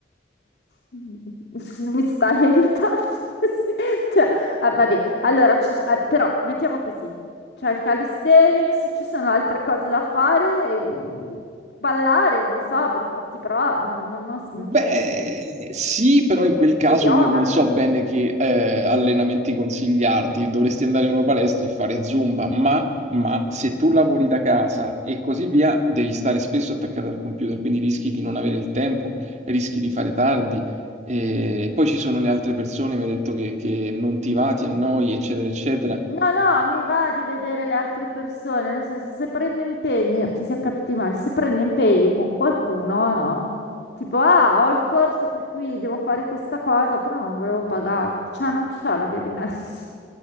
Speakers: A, on the left; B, on the right.
A: Non Mi stai aiutando <laughs> così? Cioè, ah, vabbè, allora, ci- ah, però mettiamo così, c'è il calisthenics, ci sono altre cose da fare, eh, ballare, non lo so, per i fatti però non, non- non- non
B: Beh,
A: c'è niente.
B: sì, però in quel caso
A: Lo yoga,
B: io non
A: non
B: so
A: so.
B: bene che eh, allenamenti consigliarti. Dovresti andare in una palestra e fare Zumba, ma, ma se tu lavori da casa e così via, devi stare spesso attaccato al computer, quindi rischi di non avere il tempo, rischi di fare tardi. E poi ci sono le altre persone, mi hai detto che, che non ti va, ti annoi, eccetera, eccetera.
A: No, no, mi va di vedere le altre persone, nel senso, se prendo impegni, ci siamo capiti male, se prendo impegni con qualcuno, no? Tipo, ah, ho il corso per cui devo fare questa cosa, però non volevo pagarlo, cioè non c'è la via di mezzo.